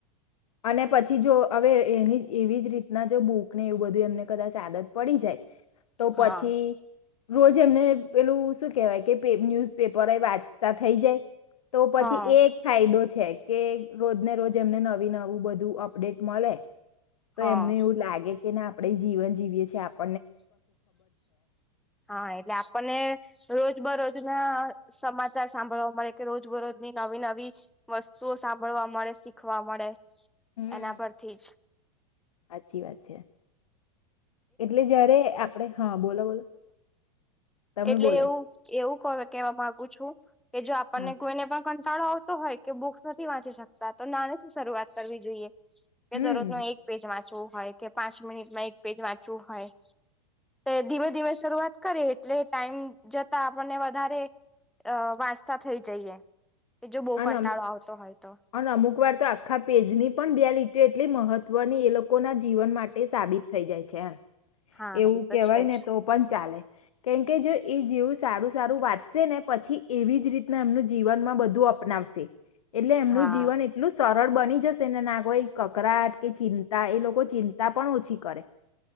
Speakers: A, on the left (about 70°); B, in the centre.
A: અને પછી જો અવે એની એવી જ રીતના જો બૂકને એવું બધું એમને કદાચ આદત પડી જાય તો
B: હા
A: પછી રોજ એમને પેલું શું કેહેવાય કે ન્યૂઝ પેપર એ વાચતા થઈ જાય. તો પછી
B: હા
A: એ એક ફાયદો છે કે રોજ ને રોજ એમને નવી નવી બધુ અપડેટ મળે તો
B: હા
A: એમને એવું લાગે કે આપણે જીવન જીવીએ છે આપ
B: હા એટલે આપણને રોજ બરોજ ના સમાચાર સાંભળવા મળે કે રોજ બરોજની નવી નવી વસ્તુઓ સાંભળવા મળે શીખવા મળે
A: હમ.
B: એના પરથી
A: સાચી વાત છે એટલે જયારે આપડે હા બોલો બોલો. તમે
B: એટલે
A: બોલો
B: એવું એવું કેવા માંગુ છું કે જો આપણને
A: હા
B: કોઈને પણ કંટાળો આવતો હોય કે બુક્સ નથી વાંચી શકતા તો નાનેથી શરૂઆત કરવી જોઈએ કે
A: હમ
B: દરરોજ નું એક પેજ વાંચું. હોય કે પાંચ મિનિટમાં એક પેજ વાંચવું હોય તો ધીમે ધીમે શરૂઆત કરીએ. એટલે ટાઈમ જતા આપણને વધારે વાચતા થઈ જઈએ. કે જો બહુ
A: અને
B: કંટાળો
A: અમુક
B: આવતો હોય તો
A: અને અમુક વાર તો આખા પેજની પણ તો એટલી મહત્વની એ લોકોના જીવન માટે સાબિત થઈ જાય છે. એમ
B: હા
A: એવું
B: એ તો
A: કેવાય
B: છે
A: ને
B: જ
A: તો પણ ચાલે કેમકે જો એ જેવું સારું સારું વાંચશે ને પછી એવી જ રીતના એમનું જીવનમાં બધું અપનાવશે એટલે એમનું
B: હા
A: જીવન એટલું સરળ બની જશે ને ના કોઈ કકરાટ કે ચિંતા એ લોકો ચિંતા પણ ઓછી કરે.